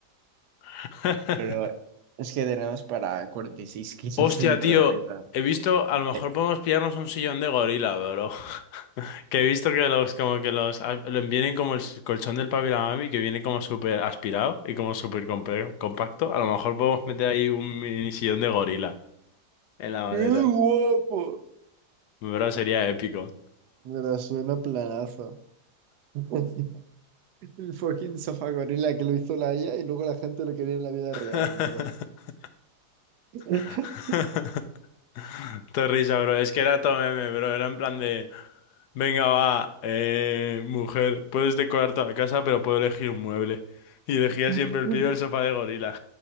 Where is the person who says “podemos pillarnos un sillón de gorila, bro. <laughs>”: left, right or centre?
Left